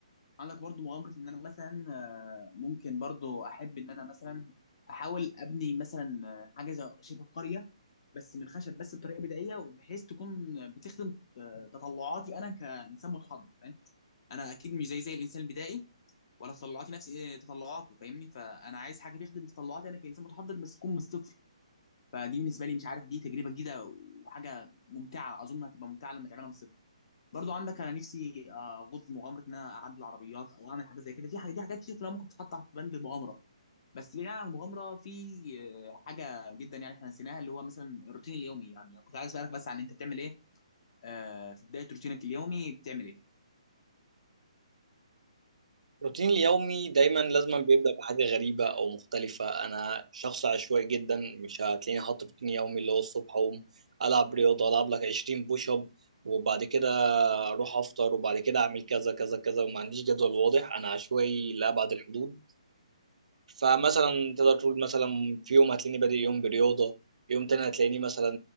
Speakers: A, on the left; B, on the right.
A: عندك برضو مغامرة ان انا مثلا آه، ممكن برضو احب ان انا مثلا احاول ابني مثلا آه، حاجة زي شبه قرية بس من الخشب بس بطريقة بدائية وبحيث تكون بتخدم آه، تطلعاتي انا كانسان متحضر فاهم انا اكيد مش زي زي الانسان البدائي ولا تطلعاتي نفس آه، تطلعاته فاهمني فانا عايز حاجة تخدم تطلعاتي انا كانسان متحضر بس تكون من الصفر فدي بالنسبة لي مش عارف دي تجربة جديدة وحاجة ممتعة اظن هتبقى ممتعة لما تعملها من الصفر برضو عندك انا نفسي آه، اغوص في مغامره ان انا اعدل العربيات او اعمل حاجات زي كده في حاجات دي حاجات كتير كلها ممكن تتحط تحت بند المغامره بس بعيدا عن المغامره في آه، حاجه جدا يعني احنا نسيناها اللي هو مثلا الروتين اليومي يعني كنت عايز اسالك بس عن انت بتعمل ايه آه، في بدايه روتينك اليومي بتعمل ايه
B: روتيني اليومي دايما لازم بيبدأ بحاجة غريبة أو مختلفة أنا شخص عشوائي جدا مش هتلاقيني حاطط روتين يومي اللي هو الصبح أقوم ألعب رياضة ألعب لك 20 بوش أب وبعد كده أروح أفطر وبعد كده أعمل كذا كذا كذا وما عنديش جدول واضح أنا عشوائي لأبعد الحدود فمثلا تقدر تقول مثلا في يوم هتلاقيني بادئ يوم برياضة يوم تاني هتلاقيني مثلا